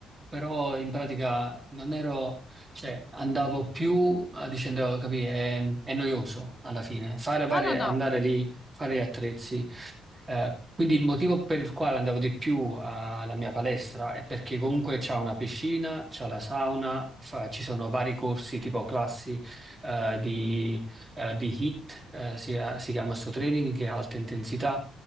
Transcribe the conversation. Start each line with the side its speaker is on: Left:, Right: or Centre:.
Right: però in pratica non ero, cioè andavo più eh, dicendo, capì, è, è noioso alla fine, fare, fare-
Left: No, no, no.
Right: andare lì, fare gli attrezzi. Eh, quindi il motivo per il quale andavo di più alla mia palestra è perché comunque c'è una piscina, c'è la sauna, fa- ci sono vari corsi tipo classi eh, di, eh, di HIIT, eh, si, eh, si chiama sto training che è alta intensità.